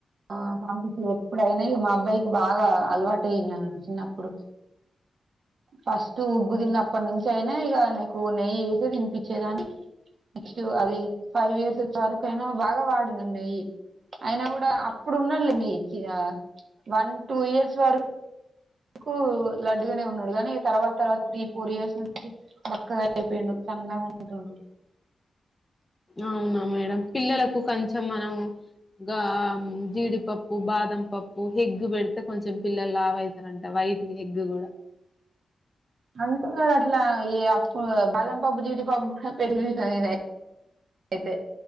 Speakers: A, on the right (about 60°); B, on the left (about 20°).
A: ఆ పంపించేద్ ఎప్పుడైనా మా అబ్బాయికి బాగా అలవాటయ్యింది అన్నటు చిన్నప్పుడు ఫస్ట్ ఉగ్గు తిన్నప్పటి నుంచి అయినా ఇగ అయినేకు నెయ్యి ఏసేద తినిపించేదాన్ని నెక్స్ట్ అది ఫైవ్ ఇయర్స్ వచ్చే వరకు అయినా బాగా వాడిండు నెయ్యి అయినా కూడా అప్పుడు ఉన్నాడు లే మీకు ఇగ వన్ టూ ఇయర్స్ వరకు కు లడ్డుగానే ఉన్నాడు కానీ తర్వాత తర్వాత త్రీ ఫోర్ ఇయర్స్ నుంచి బక్కగా అయిపోయిండు సన్నగా ఉంటుండు
B: అవునా మేడం పిల్లలకు కొంచెం మనం గా జీడిప బాదం పప్పు ఎగ్గు పెడితే కొంచెం పిల్లలు లావు అయితరూ అంట వైట్ ఎగ్ కూడా
A: అంటున్నారు. అట్లా ఈ అప్పు బాదం పప్పు జీడిపప్పు ఎటు చూసినా నేను అయితే